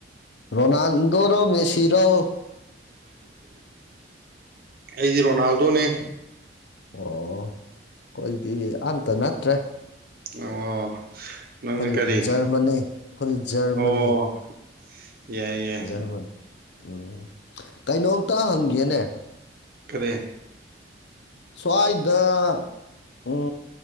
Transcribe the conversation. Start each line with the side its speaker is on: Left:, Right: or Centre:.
Left: ꯔꯣꯅꯥꯜ ꯗꯣꯔꯣ ꯃꯦꯁꯤꯔꯣ
Right: ꯑꯩꯗꯤ ꯔꯣꯅꯥꯜꯗꯣꯅꯦ
Left: ꯑꯣ ꯑꯩꯈꯣꯏꯗꯤ ꯑꯝꯇ ꯅꯠꯇ꯭ꯔꯦ
Right: ꯑꯣ ꯅꯪꯅ
Left: ꯑꯩꯈꯣꯏ
Right: ꯀꯔꯤ
Left: ꯖꯔꯃꯅꯤ ꯑꯩꯈꯣꯏ ꯖꯔꯃꯅꯤ
Right: ꯑꯣ ꯌꯥꯏ ꯌꯥꯏ
Left: ꯖꯔꯃꯅꯤ ꯎꯝ ꯀꯩꯅꯣꯝꯇ ꯍꯪꯒꯦꯅꯦ
Right: ꯀꯔꯦ
Left: ꯁ꯭ꯋꯥꯏꯗ ꯎꯝ